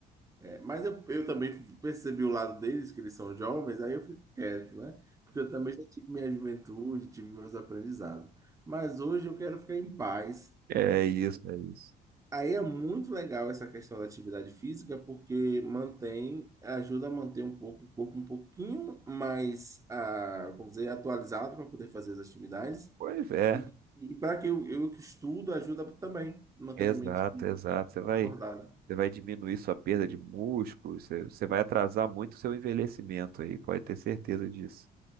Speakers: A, on the right; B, on the right.
A: É, mas eu, eu também percebi o lado deles, que eles são jovens, aí eu fico quieto, né? Porque eu também já tive minha juventude, tive meus aprendizados. Mas hoje eu quero ficar em paz.
B: É isso, é isso.
A: Aí é muito legal essa questão da atividade física, porque mantém, ajuda a manter um pouco o corpo um pouquinho mais, ah, como dizer, atualizado para poder fazer as atividades.
B: Pois é,
A: E, e para que eu, eu que estudo, ajuda também, manter
B: exato,
A: a mente
B: exato. Você vai,
A: acordada.
B: você vai diminuir sua perda de músculo, você, você vai atrasar muito o seu envelhecimento aí, pode ter certeza disso.